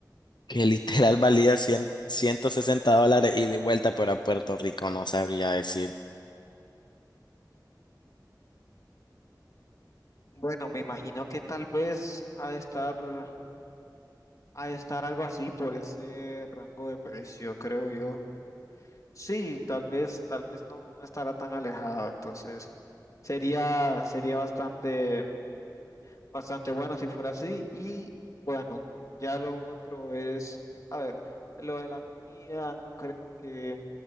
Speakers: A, on the left (about 80°); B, on the left (about 45°).
A: que <laughs> literal valía cien ciento sesenta dólares y de vuelta, pero a Puerto Rico no sabría decir.
B: Bueno, me imagino que tal vez ha de estar, ha de estar algo así por ese rango de precio, creo yo. Sí, tal vez, tal vez no, no estará tan alejado, entonces sería, sería bastante, bastante bueno si fuera así. Y bueno, ya lo otro es, a ver, lo de la comida, no creo que